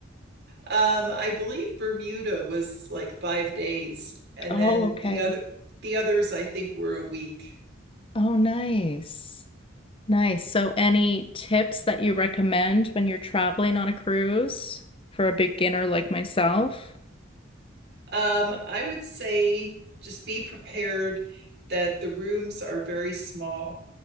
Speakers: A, on the right; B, on the left.
A: I believe Bermuda was like five days, and
B: Oh,
A: then
B: okay.
A: the other the others I think were a week.
B: Oh, nice. Nice. So, any tips that you recommend when you're traveling on a cruise for a beginner like myself?
A: Um, I would say just be prepared that the rooms are very small.